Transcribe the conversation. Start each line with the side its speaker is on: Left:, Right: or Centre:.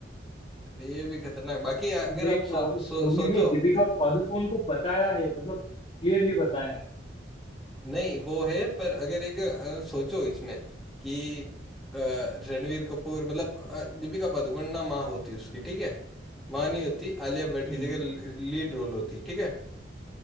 Centre: ये भी खतरनाक बाकी अगर
Left: तो देखना
Centre: आप सो, सो,
Left: उस मूवी
Centre: सोचो
Left: में दीपिका पादुकोण को बताया है मतलब क्लियरली बताया है
Centre: नहीं वो है पर अगर एक अ, सोचो इसमें कि अ, रणवीर कपूर मतलब अ, दीपिका पादुकोण ना माँ होती उसकी ठीक है माँ नहीं होती आलिया भट्ट
Left: हम्म
Centre: की जगह लीड रोल होती ठीक है